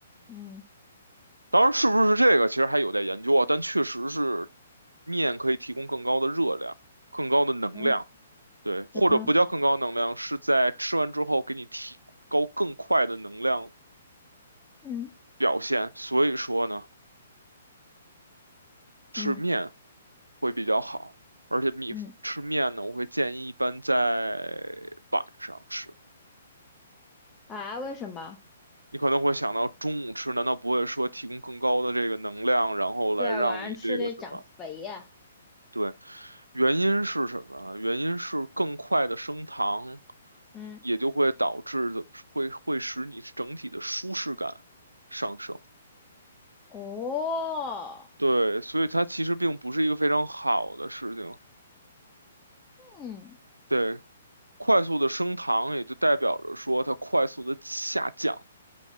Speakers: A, on the left; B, on the right.
A: 嗯
B: 当然，是不是这个其实还有待研究啊，但确实是面可以提供更高的热量、更高的能量，
A: 嗯
B: 对，
A: 嗯
B: 或者不叫更高能量，是在吃完之后给你提高更快的能量
A: 嗯
B: 表现。所以说呢，吃面
A: 嗯
B: 会比较好，而且米吃面呢，
A: 嗯，
B: 我会建议一般在晚上吃。
A: 啊，为什么？
B: 你可能会想到中午吃，难道不会说提供更高的这个能量，然后来让你这个什么？
A: 对啊，晚上吃得长肥呀、
B: 对，原因是什么啊？原因是更快的升糖，
A: 嗯，
B: 也就会导致怎么说会会使你整体的舒适感上升。
A: 哦，
B: 对，所以它其实并不是一个非常好的事情。
A: 嗯，
B: 对，快速的升糖也就代表着说它快速的下降，